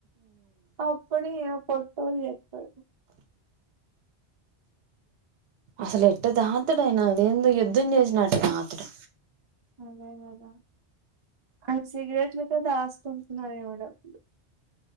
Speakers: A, on the right; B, on the right.
A: అప్పుడు ఇగ పొట్టోల్ చెత్తది
B: అసలు ఎట్ట తాగుతడైనా అదేందొ యుద్ధం చేసినట్టు తాతడు
A: అదే గద ఆయన సిగరెట్ల కే దాసుకుంటున్నారేమో డబ్బులు